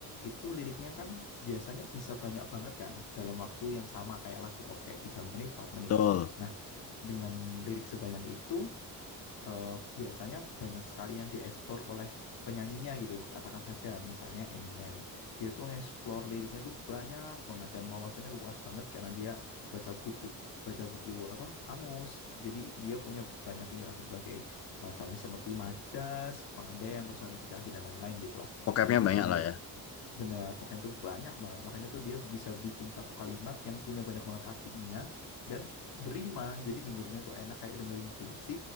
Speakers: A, on the left; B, on the left.
A: itu liriknya kan biasanya bisa banyak banget kan dalam waktu yang sama kayak lagu pop kayak tiga menit empat menit
B: Betul.
A: nah dengan lirik sebanyak itu eh, biasanya banyak sekali yang diekspor oleh penyanyinya gitu. Katakan saja misalnya Eminem. Dia tuh ngeksplor liriknya tuh banyak banget dan wawasannya luas banget karena dia baca buku baca buku apa kamus. Jadi dia punya banyak inilah berbagai macam seperti majas, pengandaian, personifikasi dan lain-lain gitulah.
B: Vocabnya
A: Dan itu
B: banyak
A: membuat
B: lah ya.
A: Benar, Foken tuh banyak banget. Makanya tuh dia bisa bikin satu kalimat yang punya banyak banget artinya dan berima. Jadi dengerinnya tuh enak kayak dengerin puisi